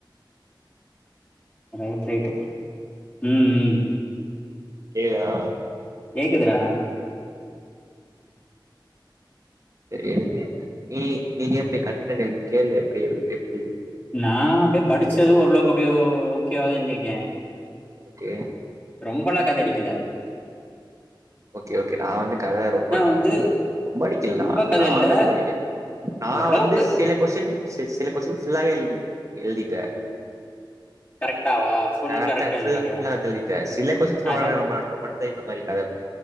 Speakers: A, on the left (about 25°); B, on the right (about 40°).
A: ரைட் ரைட்டு ம் ம்
B: கேக்தா
A: கேக்குதுறா
B: செரி நீ நீ நீ எப்டி கண்டென்ட் எழுதிருக்கியா இல்ல எப்டி எப்டி
A: நா அப்டியே படிச்சது ஓரளவுக்கு அப்டியே ஓ ஓகேவாத எழுத்திருக்கே
B: ஓகே
A: ரொம்பலா கதடிக்கல
B: ஓகே ஓகே நான் வந்து கதைய ரொம்ப
A: வந்து
B: ரொம்ப அடிக்கல
A: ரொம்ப கத
B: நானும்
A: இல்ல
B: ரொம்ப அடிக்கே நான்
A: ஓரளவுக்கு
B: வந்து சில கொஸின் சில கொஸின் ஃபுல்லாவே எழுதிட்டே
A: கரெக்டாவா ஃபுல்
B: அ
A: கரெக்டா
B: ஃபுல்லா
A: எழுதிருக்கியா
B: எழுதிட்டேன்சில குவெஷன்ஸ்ல
A: அது
B: மட்டும் கத கத